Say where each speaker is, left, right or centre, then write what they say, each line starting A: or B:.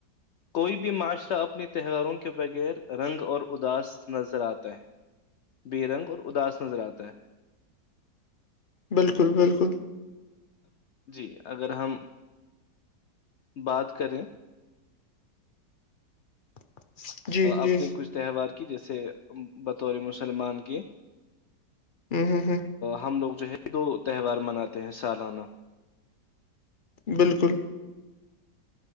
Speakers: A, on the left; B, on the left.
A: کوئی بھی معاشرہ اپنی تہواروں کے بغیر رنگ اور اداس نظر آتا ہے بے رنگ اور اداس نظر آتا ہے
B: بالکل بالکل
A: جی اگر ہم بات کریں
B: <inaudible> جی
A: اپنے کچھ تہوار کی جیسے بطور مسلمان کے
B: ہوں ہوں ہوں
A: ہم لوگ جو ہے دو تہوار مناتے ہیں سالانہ
B: بالکل